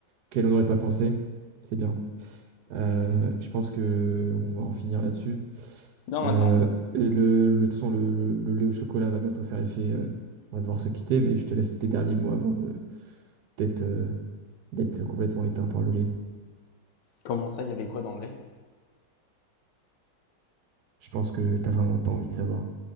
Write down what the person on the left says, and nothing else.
Non,
attends.
Comment ça, il y avait quoi dans le lait?